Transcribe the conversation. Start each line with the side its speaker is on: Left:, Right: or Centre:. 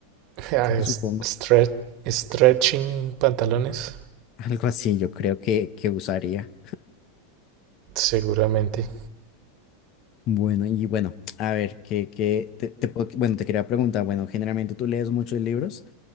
Right: <laughs> Ah,
Left: entonces
Right: es-
Left: supongo.
Right: stre- stretching pantalones,
Left: Algo así yo creo que, que usaría.
Right: seguramente.
Left: Bueno, y bueno, a ver, que, que te, te puedo- bueno, te quería preguntar, bueno, generalmente tú lees muchos libros